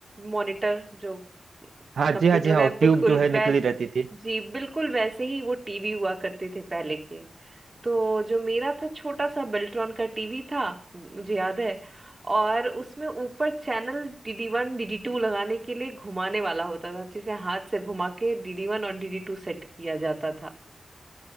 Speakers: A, on the right; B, on the right.
A: मॉनिटर जो
B: हाँ
A: कंप्यूटर
B: जी हाँ जी हाँ
A: का है
B: और
A: बिल्कुल
B: ट्यूब जो है
A: वैस
B: निकली रहती थी
A: जी बिल्कुल वैसे ही वो टीवी हुआ करते थे पहले के तो जो मेरा था छोटा सा बेल्ट्रॉन का टीवी था मुझे याद है और उसमें ऊपर channel DD one DD two लगाने के लिए घुमाने वाला होता था जिसे हाथ से घुमा के डीडी वन और डीडी टू सेट किया जाता था